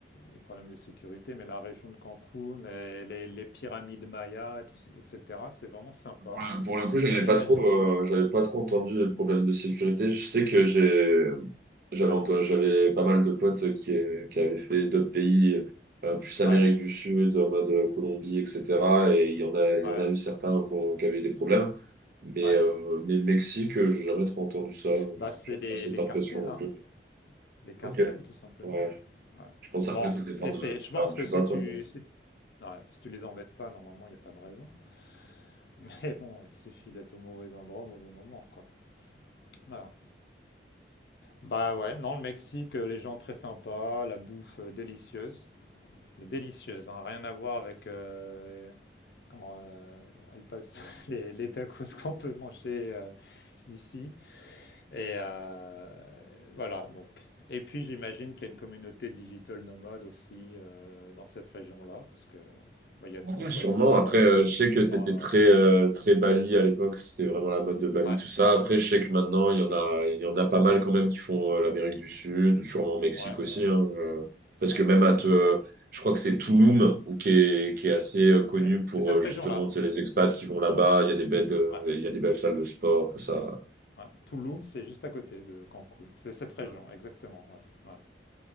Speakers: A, on the left; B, on the right.
A: des problèmes de sécurité, mais la région de Cancun et les, les pyramides mayas, et tout, etc., c'est vraiment sympa.
B: Ouais, Pour le coup, j'avais
A: J'imagine.
B: pas trop, euh, j'avais pas trop entendu le problème de sécurité. Je sais que j'ai, j'avais,
A: Ouais,
B: ent- j'avais pas mal de potes qui, qui avaient fait d'autres pays, euh, plus Amérique
A: ouais,
B: du Sud, en mode euh, Colombie, etc. Et il y en a, il
A: ouais,
B: y en a eu certains qui ont- qui avaient eu des problèmes. Mais,
A: ouais.
B: euh, mais Mexique, euh, j'ai jamais trop entendu ça.
A: Bah, c'est
B: J'ai
A: les,
B: pas cette
A: les
B: impression
A: cartels,
B: non
A: hein.
B: plus.
A: Les cartels,
B: Ok.
A: tout simplement.
B: Ouais.
A: ouais, ouais.
B: Je pense après,
A: Bon,
B: ça dépend
A: et
B: de,
A: c'est,
B: de
A: je pense
B: là où tu
A: que si
B: vas, quoi.
A: tu, si, ouais, si tu les embêtes pas, normalement, il n'y a pas de raison. <laughs> Mais bon, ouais, il suffit d'être au mauvais endroit, au mauvais moment, quoi. Voilà. Bah ouais, non, le Mexique, euh, les gens très sympas, la bouffe euh, délicieuse. mais délicieuse. hein, rien à voir avec euh, comment euh, elle passe <laughs> les, les tacos qu'on peut manger euh, ici. Et euh, voilà, donc. Et puis j'imagine qu'il y a une communauté digital nomade aussi euh, dans cette région-là, parce que bah, il y a
B: Ouais,
A: tout, quoi.
B: sûrement.
A: Il y a les infrastructures.
B: Après, euh, je sais que c'était
A: euh,
B: très, euh, très Bali à l'époque. C'était vraiment la mode de Bali,
A: ouais,
B: tout ça. Après, je sais que maintenant, il y en a, il y en a pas mal quand même qui font euh, l'Amérique du Sud, sûrement Mexique
A: ouais,
B: aussi.
A: ouais,
B: hein, euh, parce
A: ouais,
B: que même à
A: ouais.
B: te, je crois que c'est Tulum ou qui est, qui est assez euh, connu
A: Et
B: pour
A: C'est cette
B: euh, justement,
A: région-là.
B: tu sais, les expats qui vont là-bas. Il y a des belles, de-
A: Ouais,
B: il y a des belles salles de sport, tout ça.
A: ouais. Tulum, c'est juste à côté de Cancun. C'est cette région,
B: Ouais.
A: exactement. Ouais, ouais.